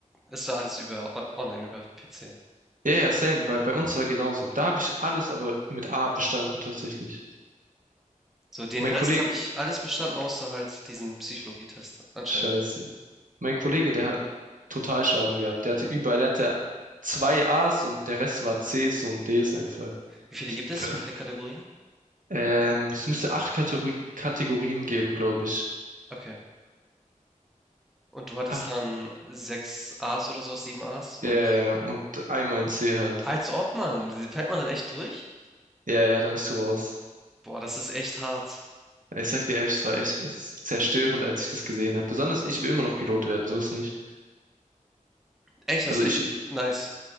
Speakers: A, in the centre; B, on the right.
A: Das war alles über on online über PC.
B: Ja, ja, same, bei, bei uns war genauso. Da habe ich alles aber mit A bestanden tatsächlich.
A: So, den
B: Mein
A: Rest
B: Kollege,
A: habe ich alles bestanden, außer halt diesen Psychologietest anscheinend.
B: scheiße. Mein Kollege, der hat total Schaden gehabt. Der hatte überall, der hatte zwei A's und der Rest war C's und D's einfach.
A: Wie viele
B: <laughs>
A: gibt es?
B: Pf-
A: Wie viele Kategorien?
B: Ähm, es müsste acht Kategori Kategorien geben, glaube ich.
A: Okay. Und du hattest
B: Acht,
A: dann 6 A's oder so, 7 A's und
B: äh, und einmal ein C halt.
A: als ob, man, fällt man dann echt durch?
B: Ja, ja, dann bist du raus.
A: Boah, das ist echt hart.
B: Ich sag dir ehrlich, es war echt es ist zerstörend, als ich das gesehen habe. Besonders ich will immer noch Pilot werden, so ist nicht.
A: Echt, das
B: Also
A: ist
B: ich,
A: echt nice.